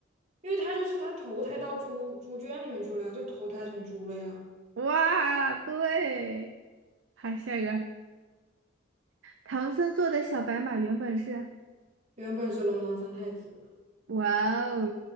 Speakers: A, on the right; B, on the right.
A: 因为他就是他投胎到猪猪圈里面去了呀，就投胎成猪了呀。
B: 哇，对，好，下一个，唐僧坐的小白马原本是。
A: 原本是龙王三太子。
B: 哇哦，